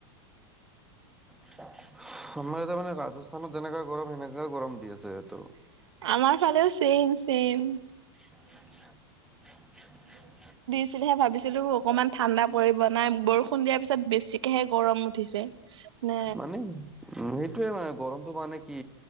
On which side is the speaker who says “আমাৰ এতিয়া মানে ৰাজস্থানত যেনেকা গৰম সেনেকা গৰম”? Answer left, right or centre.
Centre